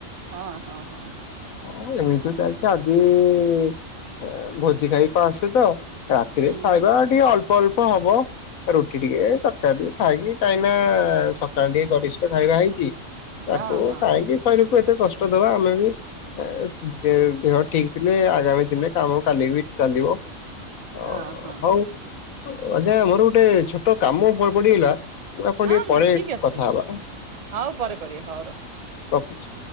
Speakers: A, on the right; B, on the left.
A: ହଁ -ହଁ -ହଁ।
B: ହଁ ଏମିତି ତ ଚାଲିଚି ଆଜି ଇ- ଭୋଜି ଖାଇ ଅ -ଆସି ତ ରାତିରେ
A: ହୁଁ
B: ଖାଇବା
A: ହୁଁ
B: ଟିକେ ଅଳ୍ପ ଅଳ୍ପ ହବ। ରୁଟି ଟିକେ ତରକାରୀ ଟିକେ ଖାଇକି କାଇଁ ନା ସକାଳ ଟିକେ ଗରିଷ୍ଠ ଖାଇବା ହେଇଚି। ତାକୁ
A: ହଁ ହଁ
B: କାଇଁକି ଶରୀରକୁ ଏତେ କଷ୍ଟ ଦବା ଆମେ ବି ଏ -ଦେ- ଦେହ ଠିକ୍ ଥିଲେ ଆଗାମୀ ଦିନରେ କାମ କାଲି ବି ଚାଲିବ ହ-ହଉ।
A: ହଁ ହଁ
B: ଅଜା ମୋର ଗୋଟେ ଛୋଟ କାମ ପ- ପଡିଗଲା। ମୁଁ ଆପଣ
A: ହଁ
B: ଟିକେ ପରେ
A: ହଁ ଠିକ ଅଛି
B: କଥା ହବା ଅ-
A: ହଉ ପରେ କରିବେ ହଉ ରଖ।
B: ରଖୁଚି।